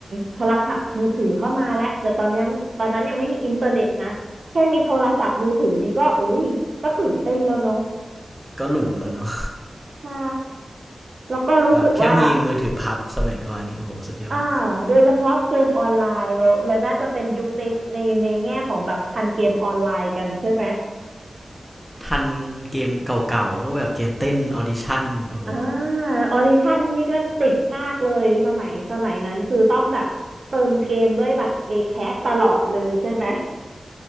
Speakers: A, on the right; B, in the centre.
A: โทรศัพท์มือถือเข้ามาแล้วแต่ตอนยังตอนนั้นยังไม่มีอินเทอร์เน็ตนะแค่มีโทรศัพท์มือถือนี่ก็อุ้ยก็ตื่นเต้นแล้วเนอะ
B: ก็หรูแล้วเนาะ
A: ใช่แล้วก็รู้สึกว่า
B: แบบแค่มีมือถือพับสมัยก่อนนี่โอ้โหสุดยอด
A: อ่าโดยเฉพาะเกมออนไลน์เราเราน่าจะเป็นยุคในในในแง่ของแบบทันเกมออนไลน์กันใช่ไหม
B: ทันเกมเก่าๆพวกแบบเกมเต้นออดิชั่นโอ้โห
A: อ่าออดิชั่นนี่ก็ติดมากเลยสมัยสมัยนั้นคือต้องแบบเติมเกมด้วยบัตร ACAT ตลอดเลยใช่ไหม